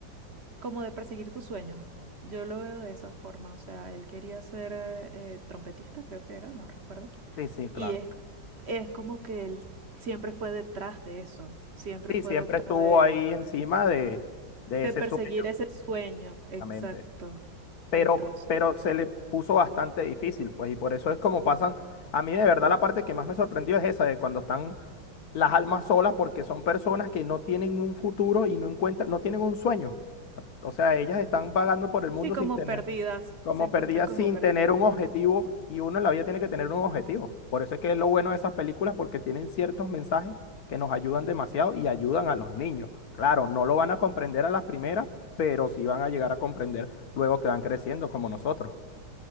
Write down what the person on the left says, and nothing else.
Sí, sí, claro.
Sí,
siempre
estuvo
ahí encima de, de
ese
sueño,
exactamente. Pero,
pero se le puso bastante difícil, pues, y por eso es como pasan. A mí, de verdad, la parte que más me sorprendió es esa, de cuando están las almas solas, porque son personas que no tienen un futuro y no encuentran, no tienen un sueño. O sea, ellas están vagando por el mundo
sin tener.
Como
perdida
sin
tener un objetivo, y uno en la vida tiene que tener un objetivo. Por eso es que es lo bueno de esas películas, porque tienen ciertos mensajes que nos ayudan demasiado y ayudan a los niños. Claro, no lo van a comprender a las primeras, pero sí van a llegar a comprender luego que van creciendo como nosotros.